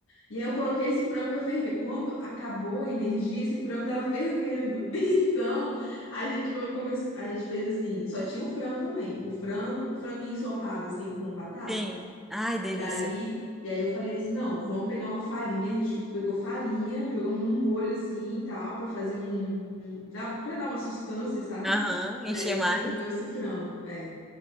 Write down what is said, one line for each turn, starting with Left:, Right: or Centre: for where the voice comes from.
Left: E aí eu coloquei esse frango para ferver. Quando acabou a energia, esse frango tava fervendo. <laughs> Então, a gente co- começou, a gente fez assim, só tinha o frango também. O frango, franguinho ensopado assim com batata.
Centre: Sim. Ai, delícia.
Left: E aí, e aí eu falei assim, não, vamos pegar uma farinha, a gente pegou farinha, jogamos num molho assim e tal, para fazer um, um para dar uma sustância, sabe?
Centre: Aham,
Left: E
Centre: encher
Left: aí a gente
Centre: mais.
Left: comeu esse frango. é.